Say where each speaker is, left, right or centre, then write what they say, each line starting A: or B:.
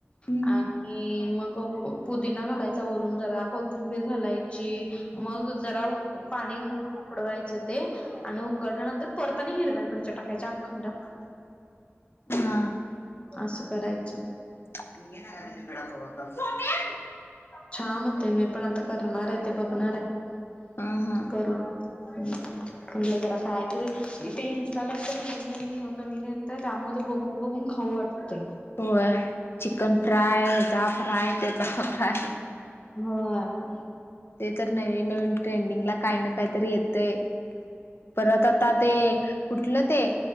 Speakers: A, on the left (about 60°); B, on the left (about 25°).
A: हम्म
B: आणि मग पुदीिना घालायच वरून जरा कोथिंबीर घालायची मग जरा पाणी घालून उकडवायचं ते आणि उकडल्यानंतर परताने हिर मिरच्या टाकायच्या अखंड
A: हा
B: असं करायचं
A: हम्म
B: छान होते मी पण आता करणार आहे ते बघणार आहे
A: अ हा.
B: करू हम् म्हटलं जरा काय तर ते इनस्टाल नवीन नवीन नवीन येत त्यामध्ये बघून बघून ख वाटते
A: हो चिकन फ्राय फराय तेचा फराय
B: होय
A: नवीन नवीन ट्रेंडिंगला काही ना काहीतरी येतय परत आता ते कुठलं ते